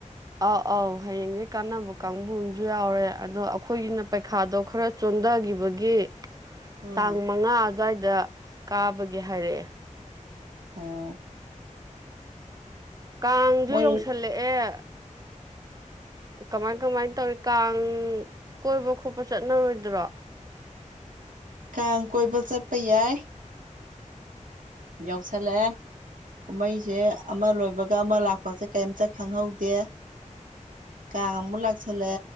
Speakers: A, on the right; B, on the right.
A: ꯑꯥꯎ ꯑꯥꯎ ꯍꯌꯦꯡꯅꯦ ꯀꯥꯟꯅꯕ ꯀꯥꯡꯕꯨ ꯑꯃꯁꯨ ꯌꯥꯎꯔꯦ ꯑꯗꯣ ꯑꯩꯈꯣꯏꯒꯤꯅ ꯄꯩꯈꯥꯗꯣ ꯈꯔ ꯈꯟꯊꯈꯤꯕꯒꯤ
B: ꯑꯥ
A: ꯇꯥꯡ ꯃꯉꯥ ꯑꯗꯨꯋꯥꯏꯗ ꯀꯥꯕꯒꯦ ꯍꯥꯏꯔꯛꯑꯦ
B: ꯑꯣ
A: ꯀꯥꯡꯁꯨ
B: ꯃꯣꯏ
A: ꯌꯧꯁꯜꯂꯛꯑꯦ ꯀꯃꯥꯏ ꯀꯃꯥꯏꯅ ꯇꯧꯔꯤ ꯀꯥꯡ ꯀꯣꯏꯕ ꯈꯣꯠꯄ ꯆꯠꯅꯔꯣꯏꯗ꯭ꯔꯣ
B: ꯀꯥꯡ ꯀꯣꯏꯕ ꯆꯠꯄ ꯌꯥꯏ ꯌꯥꯎꯁꯂꯦ ꯀꯨꯝꯍꯩꯁꯦ ꯑꯃ ꯂꯣꯏꯕꯒ ꯑꯃ ꯂꯥꯛꯄꯁꯦ ꯀꯩꯝꯇ ꯈꯪꯍꯧꯗꯦ ꯀꯥꯡ ꯑꯃꯨꯛ ꯂꯥꯛꯁꯜꯂꯦ